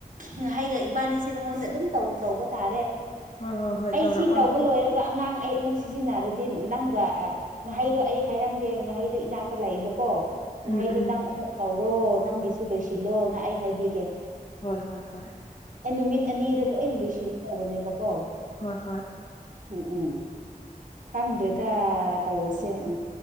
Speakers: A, on the right; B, on the left.
A: ꯉꯥꯍꯩꯒ ꯏꯕꯥꯅꯤꯁꯦ ꯅꯪꯉꯣꯟꯗ ꯑꯗꯨꯝ ꯇꯧ-ꯇꯧꯕ ꯇꯥꯔꯦ
B: ꯍꯣꯏ ꯍꯣꯏ ꯍꯣꯏ
A: ꯑꯩ
B: ꯇꯧꯔꯛꯑꯣ
A: ꯁꯤ ꯇꯧꯕ ꯂꯣꯏꯔꯒ ꯑꯉꯥꯡ ꯑꯩ ꯑꯃꯨꯛ ꯁꯤꯖꯤꯟꯅꯔꯗꯤ ꯅꯪꯒ ꯑ ꯉꯥꯍꯩꯗꯣ ꯑꯩ ꯍꯥꯏꯔꯝꯒꯦ ꯉꯥꯍꯩꯗꯣ ꯏꯅꯥꯛꯇ ꯂꯩꯕꯀꯣ ꯉꯥꯍꯩꯗꯣ
B: ꯎꯝ ꯎꯝ
A: ꯅꯪ ꯑꯃꯨꯛ ꯇꯧꯔꯣ ꯅꯪꯒꯤꯁꯨ ꯂꯣꯏꯁꯤꯜꯂꯣ ꯅ ꯑꯩ ꯍꯥꯏꯕꯤꯒꯦ
B: ꯍꯣꯏ ꯍꯣꯏ ꯍꯣꯏ
A: ꯑꯩ ꯅꯨꯃꯤꯠ ꯑꯅꯤꯗ ꯂꯣꯏꯅ ꯂꯣꯏꯁꯤꯟ ꯇꯧꯕꯅꯦꯕꯀꯣ
B: ꯍꯣꯏ ꯍꯣꯏ
A: ꯎꯝ ꯎꯝ ꯈꯪꯗ꯭ꯔꯦꯗꯥ ꯇꯧꯔꯤꯁꯦ
B: ꯎꯝ
A: ꯑ